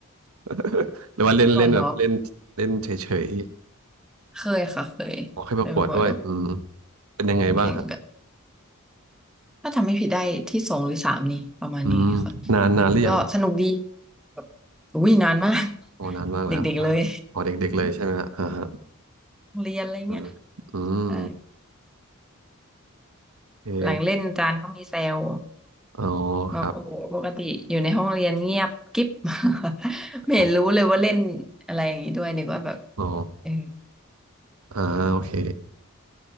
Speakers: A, on the right; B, in the centre.
A: <laughs> หรือว่าเล่นเล่นแบบเล่นเล่นเฉย
B: ก่อนเหรอเคยค่ะเคยเคยมาบ่อยกับ
A: ๆออกให้ประกวดด้วยอืมเป็นยังไงบ้างครับ
B: แข่งกันถ้าจำไม่ผิดได้ที่สองหรือสามนี่ประมาณนี้ค่ะ
A: อืมนานนานหรือยังอะ
B: ก็สนุกดีแบบอุ้ยนานมาก
A: อ๋อนานมากแล้วอ่าอ๋อเด็กๆเลยใช่ไหมฮะอ่าฮะ
B: <laughs> เด็กๆเลยโรงเรียนอะไรเงี้ย
A: เอออืม
B: ใช่
A: เค
B: หลังเล่นอาจารย์ก็มีแซว
A: อ๋อ
B: บอกโอ้โหปกติอยู่ในห้องเรียนเงียบกิ๊บ
A: ครับ
B: <laughs> ไม่เห็นรู้เลยว่าเล่นอะไรอย่างนี้ด้วยนึกว่าแบบ
A: อ๋ออ๋อ
B: เออ
A: อ่าโอเค